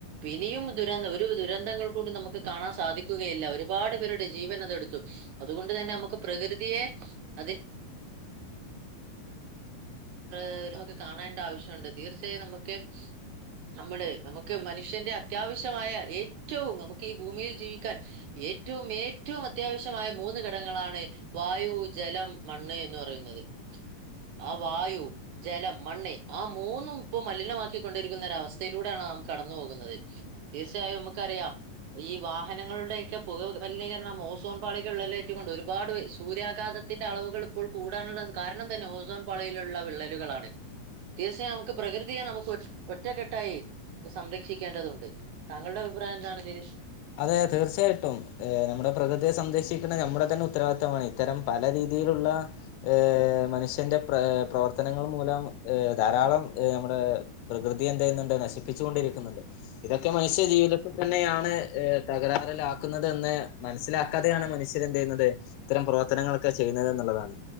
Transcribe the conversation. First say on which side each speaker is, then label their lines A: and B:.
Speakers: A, on the right; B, on the left.
A: ഇനിയും ദുരന്തം ഒരു ദുരന്തങ്ങൾ കൂടി നമുക്ക് കാണാൻ സാധിക്കുകയില്ല. ഒരുപാട് പേരുടെ ജീവൻ അത് എടുത്തു. അതുകൊണ്ട് തന്നെ നമുക്ക് പ്രകൃതിയെ, അതിന് ഒക്കെ നമ്മുക്ക് കാണേണ്ട ആവശ്യമുണ്ട്. തീർച്ചയായും നമുക്ക് നമ്മള് നമുക്ക് മനുഷ്യന്റെ അത്യാവശ്യമായ ഏറ്റവും നമുക്ക് ഈ ഭൂമിയിൽ ജീവിക്കാൻ ഏറ്റവും ഏറ്റവും അത്യാവശ്യമായ മൂന്ന് ഘടങ്ങളാണ് വായു, ജലം, മണ്ണ് എന്ന് പറയുന്നത്. ആ വായു ജലം മണ്ണ് ആ മൂന്നും ഇപ്പൊ മലിനമാക്കിക്കൊണ്ടിരിക്കുന്ന ഒര അവസ്ഥയിലൂടെയാണ് നാം കടന്നു പോകുന്നത് തീർച്ചയായും നമുക്കറിയാം ഈ വാഹനങ്ങളുടെയൊക്കെ പുക മലിനീകരണം ഓസോൺ പാളിക്വിള്ളലേറ്റ് കൊണ്ട് ഒരുപാട് സൂര്യാഘാത ത്തിന്റെ അളവുകൾ ഇപ്പോൾ കൂടാനുള്ള കാരണം തന്നെ ഓസോൺ പാളിയിലുള്ള വിള്ളലുകളാണ് തീർച്ചയായും നമുക്ക് പ്രകൃതിയെ നമുക്ക് ഒറ്റ് ഒറ്റക്കെട്ടായി സംരക്ഷിക്കേണ്ടതുണ്ട് താങ്കളുടെ അഭിപ്രായം എന്താണ് ഇതിൽ
B: അതെ തീർച്ചയായിട്ടും ഏഹ് നമ്മുടെ പ്രകൃതിയെ സംരക്ഷിക്കണ നമ്മുടെ തന്നെ ഉത്തരവാദിത്തവമാണ് ഇത്തരം പല രീതിയിലുള്ള ഏഹ് മനുഷ്യന്റെ പ്ര പ്രവർത്തനങ്ങൾ മൂലം ഏഹ് ധാരാളം നമ്മുടെ പ്രകൃതി എന്തെയ്യുന്നുണ്ട് നശിപ്പിച്ചു കൊണ്ടിരിക്കുന്നുണ്ട് ഇതൊക്കെ മനുഷ്യ ജീവിതത്തിൽ തന്നെയാണ് തകരാറിലാക്കുന്നുന്നത് എന്ന് മനസ്സിലാക്കാതെയാണ് മനുഷ്യർ എന്തെയ്യുന്നത് ഇത്തരം പ്രവർത്തനങ്ങളൊക്കെ ചെയ്യുന്നത് എന്നുള്ളതാണ്